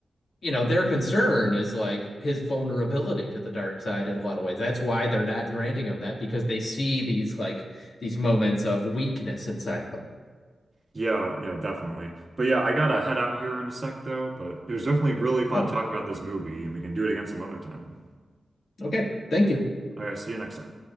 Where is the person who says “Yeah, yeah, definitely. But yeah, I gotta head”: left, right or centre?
Right